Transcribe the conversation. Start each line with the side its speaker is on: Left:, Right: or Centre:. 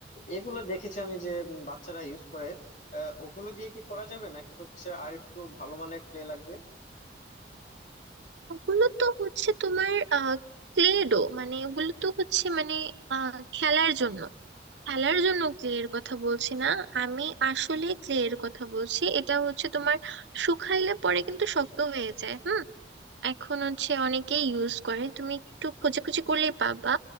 Left: এগুলো দেখেছি আমি যে উম, বাচ্চারা ইউজ করে আহ, ওগুলো দিয়ে কি করা যাবে নাকি হচ্ছে আর একটু ভালো মানের ক্লে লাগবে
Right: ওগুলো তো হচ্ছে তোমার আহ ক্লে ডো মানে ওগুলো তো হচ্ছে মানে আহ খেলার জন্য খেলার জন্য ক্লে এর কথা বলছি না আমি আসলে ক্লে এর কথা বলছি এটা হচ্ছে তোমার শুকাইলে পরে কিন্তু শক্ত হয়ে যায় হুম এখন হচ্ছে অনেকেই ইউজ করে তুমি একটু খোঁজাখুঁজি করলেই পাবা